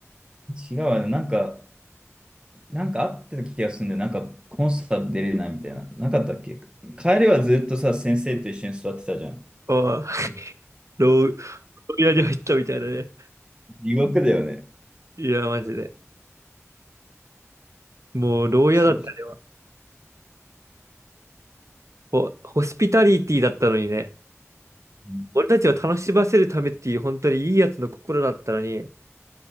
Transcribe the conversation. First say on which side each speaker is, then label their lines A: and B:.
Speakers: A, on the right (about 20°); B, on the right (about 70°).
A: 違うわね。なんか、なんかあってた気がするんだよ。なんかコンサート出れないみたいな。なかったっけ帰りはずっとさ、先生と一緒に座ってたじゃん。
B: ああ、牢屋に入ったみたいだね。
A: 地獄だよね。
B: いや、マジで。もう、牢屋だったね。
A: そう。
B: あれはホホスピタリティだったのにね。
A: うん
B: 俺たちを楽しませるためっていう本当にいいやつの心だったのに。